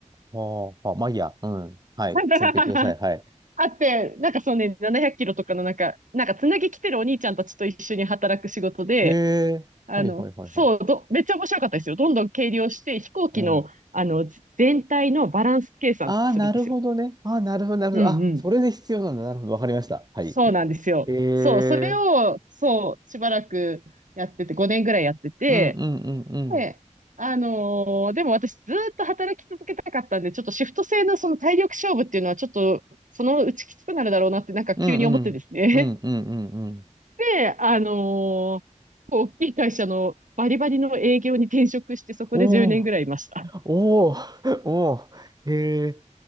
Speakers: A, on the right; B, on the right.
A: はあ、あまあいいや。うん。はい。
B: <laughs>
A: 続けてください。はい。
B: あって、なんかそうね、700キロとかのなんか、なんかつなぎ来てるお兄ちゃんたちと一緒に働く仕事で、
A: へえ。
B: あの、
A: はい、はい、はい、
B: そう、
A: はい。
B: ど、めっちゃ面白かったですよ。どんどん計量して、飛行機の、
A: うん。
B: あの、全体のバランス計算とかするんですよ。
A: ああ、なるほどね。ああ、なるほど、なるほど。
B: うんうん。
A: あ、それで必要なんだ。なるほど。わかりました。はい。
B: そうなんですよ。
A: ええ。
B: そう、それを、そう、しばらくやってて、5年ぐらいやってて、
A: うん、うん、うん、うん。
B: で、あのーでも私ずーっと働き続けたかったんで、ちょっとシフト制のその体力勝負っていうのはちょっと、そのうちきつくなるだろうなってなんか急に思ってですね。
A: うんうん。うんうんうんうん。
B: <laughs> で、あのーこう大きい会社のバリバリの営業に転職して、そこで10年ぐらいいました。
A: おお、おお、<laughs> おお。へえ、